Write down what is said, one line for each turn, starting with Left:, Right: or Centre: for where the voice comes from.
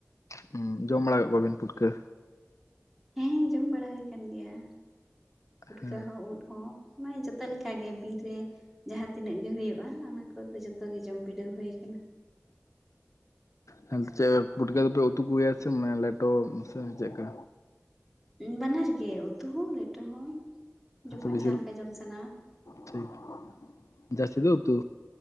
Left: ᱦᱩᱸ ᱡᱚᱢ ᱵᱟᱲᱟ ᱠᱮᱫ ᱠᱚᱣᱟᱵᱮᱱ ᱯᱩᱴᱠᱟᱹ?
Centre: ᱦᱮᱸ ᱡᱚᱢ ᱵᱟᱲᱟ ᱦᱩᱭ ᱠᱟᱱᱟᱱ ᱜᱮᱭᱟ᱾ ᱯᱷᱩᱴᱠᱟᱹ
Left: ᱦᱮᱸ
Centre: ᱦᱚᱸ, ᱩᱫ ᱦᱚ ᱢᱟᱱᱮ ᱡᱚᱛᱚ ᱞᱮᱠᱟᱜ ᱜᱮ ᱵᱤᱨ ᱨᱮ ᱡᱟᱦᱟᱸ ᱛᱤᱱᱟᱹᱜ ᱜᱮ ᱦᱩᱭᱩᱜᱼᱟ᱾ ᱚᱱᱟ ᱠᱚᱫᱚ ᱡᱚᱛᱚ ᱜᱮ ᱡᱚᱢ ᱵᱤᱰᱟᱹᱣ ᱦᱩᱭ ᱟᱠᱟᱱᱟ᱾
Left: ᱦᱮᱸ ᱪᱮᱫ ᱯᱩᱴᱠᱟᱹ ᱫᱚ ᱯᱮ ᱩᱛᱩ ᱠᱚᱜᱮᱭᱟ ᱥᱮ ᱢᱟᱱᱮ ᱞᱮᱴᱚ ᱥᱮ ᱪᱮᱫᱠᱟ?
Centre: ᱵᱟᱱᱟᱨ ᱜᱮ ᱩᱛᱩ ᱦᱚᱸ ᱞᱮᱴᱚ ᱦᱚᱸ᱾ ᱡᱚᱠᱷᱚᱱ
Left: ᱟ ᱵᱮᱥᱤᱨ
Centre: ᱡᱟᱦᱟᱸ ᱞᱮᱠᱟ ᱡᱚᱢ ᱥᱟᱱᱟᱣᱟ
Left: ᱴᱷᱤᱠ ᱡᱟᱹᱥᱛᱤ ᱫᱚ ᱩᱛᱩ